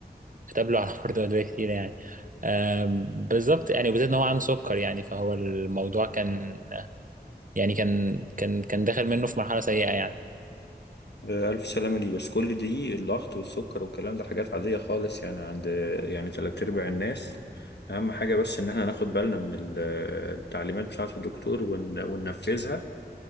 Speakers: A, on the right (about 50°); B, on the left (about 80°).
A: كتب له على <laughs> برضه أدوية كتير يعني آم، بالظبط يعني وبالذات إن هو عنده سكر يعني فهو الموضوع كان يعني كان كان كان داخل منه في مرحلة سيئة يعني
B: آه، ألف سلامة ليه بس كل دي الضغط والسكر والكلام ده حاجات عادية خالص يعني عند يعني تلات أرباع الناس أهم حاجة بس إن احنا ناخد بالنا من ال- التعليمات بتاعة الدكتور ون- وننفذها